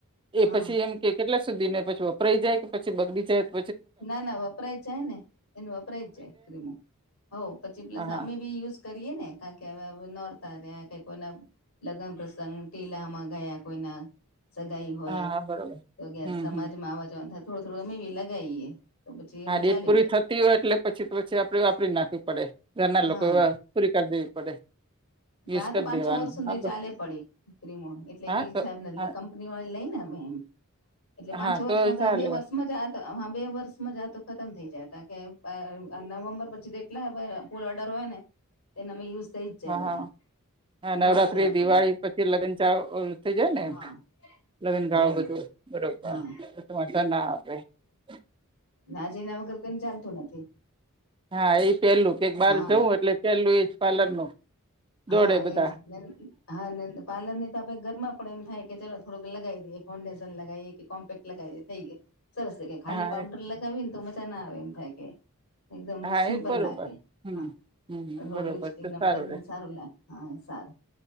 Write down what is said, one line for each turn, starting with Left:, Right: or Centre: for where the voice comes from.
Right: એ
Left: હા
Right: પછી એમ- - કે કેટલા સુધી ને પછી વપરાઈ જાય કે પછી બગડી જાય- -
Left: ના ના વપરાય જાય ને એને વપરાય જાય ક્રીમો હો પછી પ્લસ
Right: હા હા
Left: અમે બી યુઝ- - કરીએ ને ક કે નોરતા ત્યા કઈ- - લગ્ન પ્રસંગ ટીલામાં ગયા કોઈના- - સગાઈ હોય
Right: હા હા બરોબર
Left: તો
Right: હમ
Left: સમાજમાં
Right: હમ
Left: આવા જવા થાય થોડું થોડું અમેવી લગાવીએ. તો પછી એમ
Right: હા ડેટ
Left: ચાલ્યું
Right: પૂરી
Left: રે
Right: થતી હોય એટલે પછી તો પછી આપે વાપરી નાખવી પડે. ના
Left: હા
Right: લોકો કોઈ પૂરી કર દવી પડે.
Left: હ
Right: યુઝ
Left: તો
Right: કરી
Left: પાંચ
Right: દેવાનું
Left: છ વર્ષ સુધી
Right: હા બસ
Left: ચાલે પડી ક્રીમો એટલે
Right: હા
Left: એવી હ
Right: તો
Left: સાહેબ નથી-
Right: હા
Left: - કંપની વાળી લઈને અમે એમ એટલે પાંચો
Right: હા
Left: વર્ષમાં તો
Right: ચાલે
Left: બે વર્ષમાં જ આ- - હા બે વર્ષમાં જ આ તો ખતમ થઈ જાય ત કે નવેમ્બર પછી એટલા- - ફૂલ ઓર્ડર હોય ને એને અમે યુઝ થઇ જ જાય
Right: હા
Left: બધા.
Right: હા હા નવરાત્રી
Left: નવા જ લેવા
Right: દિવાળી
Left: પડે
Right: પછી લગ્ન ચાલુ થઇ જાય ને.
Left: હા
Right: લગ્નગાળો
Left: હા
Right: બધું બરોબર
Left: હા
Right: તમા ના આવેે- -
Left: ના જ એના વગર કોઈને ચાલતું નથી.
Right: હા એ પેલું કેક બાર
Left: હા
Right: જવું એટલે પેલું એજ પાર્લર નું. દોડે
Left: હા
Right: બધા
Left: એજ હા- - પાર્લ ની તો આપડે ઘરમાં પણ એમ થાય કે ચલોો થોડુંક લગાવ દઈએ ફાઉન્ડેશન લગાવીએ કે કોમ્પેક્ટ લગાવીએ થઈ ગયુ. સરસ છે કે ખાલી
Right: હા
Left: પાઉન્ડર લગાવી ને તો મજા ના આવે એમ થાય કે- - એકદમ
Right: હા
Left: સિમ્પલ
Right: એ બરોબર
Left: લાગે
Right: હમ
Left: હા
Right: હમ
Left: થોડું
Right: બરોબર
Left: લિપ્સ્ટિક
Right: તો
Left: નમક-
Right: રે
Left: - સારું લ હા સારું